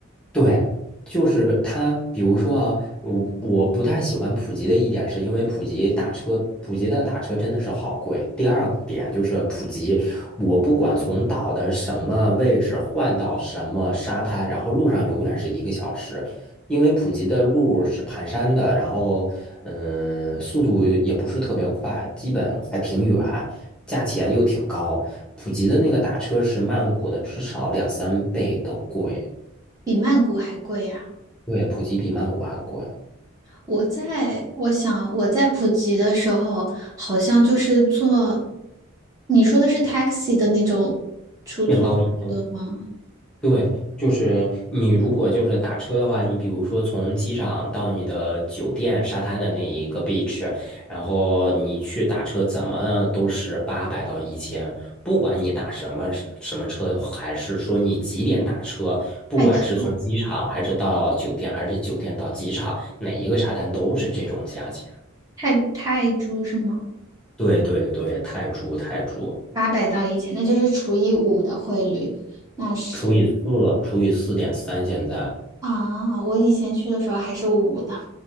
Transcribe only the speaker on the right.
比曼谷还贵呀、
我在我想我在普吉的时候，好像就是坐，你说的是 taxi 的那种出租车吗？
泰铢
泰泰铢是吗？
八百到一千，那就是除以五的汇率，那是
啊，我以前去的时候还是五呢。